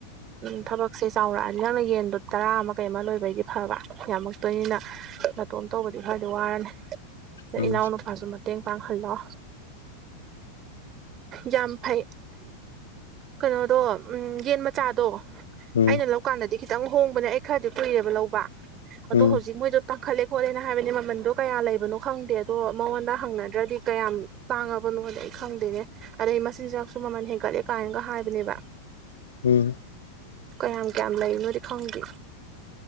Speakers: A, on the right (about 30°); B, on the left (about 65°).
A: ꯎꯝ ꯊꯕꯛꯁꯦ ꯆꯥꯎꯔꯛꯑꯅꯤ ꯅꯪꯅ ꯌꯦꯟꯗꯣ ꯇꯔꯥ ꯑꯃ ꯀꯩ ꯑꯃ ꯂꯣꯏꯕꯒꯤ ꯐꯕ ꯌꯥꯝꯃꯛꯇꯣꯏꯅꯤꯅ ꯅꯥꯇꯣꯝ ꯇꯧꯕꯗꯤ ꯈꯔꯗꯤ ꯋꯥꯔꯅꯤ
B: ꯎꯝ ꯎꯝ
A: ꯏꯅꯥꯎ ꯅꯨꯨꯄꯥꯁꯨ ꯃꯇꯦꯡ ꯄꯥꯡꯍꯜꯂꯣ ꯌꯥꯝ ꯐꯩ ꯀꯩꯅꯣꯗꯣ ꯌꯦꯟ ꯃꯆꯥꯗꯣ
B: ꯎꯝ
A: ꯑꯩꯅ ꯂꯧꯀꯥꯟꯗ ꯆꯠ ꯈꯤꯇꯪ ꯍꯣꯡꯕꯅꯦ ꯑꯩ ꯈꯔꯗꯤ ꯀꯨꯏꯔꯦꯕ ꯂꯧꯕ ꯑꯗꯣ
B: ꯎꯝ
A: ꯍꯧꯖꯤꯛ ꯃꯣꯏꯗꯣ ꯇꯥꯡꯈꯠꯂꯦ ꯍꯣꯠꯂꯦꯅ ꯍꯥꯏꯕꯅꯤ ꯃꯃꯟꯗꯣ ꯀꯌꯥ ꯂꯩꯕꯅꯣ ꯈꯪꯗꯦ ꯑꯗꯣ ꯃꯉꯣꯟꯗ ꯍꯪꯅꯗ꯭ꯔꯗꯤ ꯀꯌꯥꯝ ꯇꯥꯡꯉꯕꯅꯣꯗꯤ ꯑꯩ ꯈꯪꯗꯦꯅꯦ ꯑꯗꯩ ꯑꯩ ꯃꯆꯤꯟꯖꯥꯛꯁꯨ ꯃꯃꯟ ꯍꯦꯟꯒꯠꯂꯦ ꯀꯥꯏꯅꯒ ꯍꯥꯏꯕꯅꯦꯕ
B: ꯎꯝ
A: ꯀꯌꯥꯝ ꯀꯌꯥꯝ ꯂꯩꯔꯤꯅꯣꯗꯤ ꯈꯪꯗꯦ